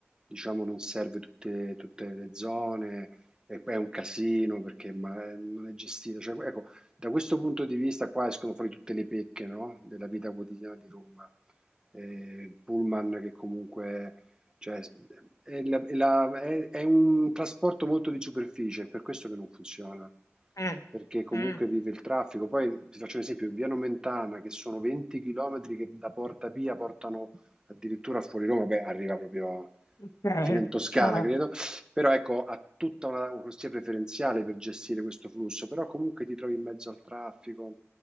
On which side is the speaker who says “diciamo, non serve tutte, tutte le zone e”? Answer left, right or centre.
Right